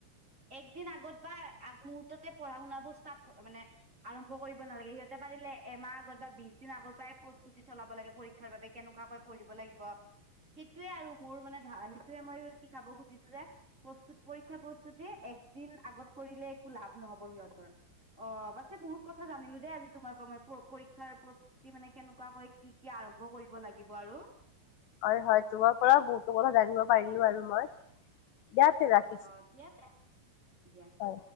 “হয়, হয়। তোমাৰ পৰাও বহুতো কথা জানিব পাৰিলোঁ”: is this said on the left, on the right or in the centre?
Left